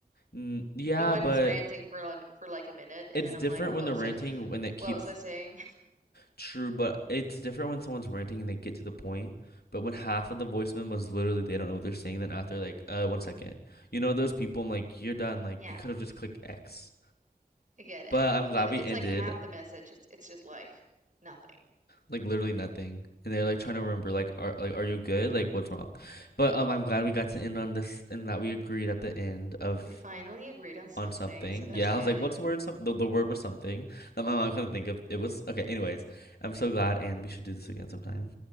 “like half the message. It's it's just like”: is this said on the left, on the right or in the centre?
Right